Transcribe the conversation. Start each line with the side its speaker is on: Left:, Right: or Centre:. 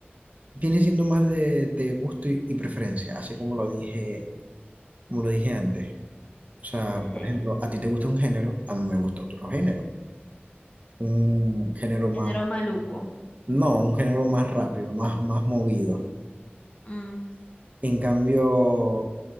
Right: viene siendo más de, de gusto y, y preferencia, así como lo dije, como lo dije antes. O sea,
Left: Eh,
Right: por ejemplo, a ti te gusta un género, a mí me gusta otro género, un género más,
Left: género maluco.
Right: no, un género más rápido, más, más movido.
Left: Mm,
Right: En cambio...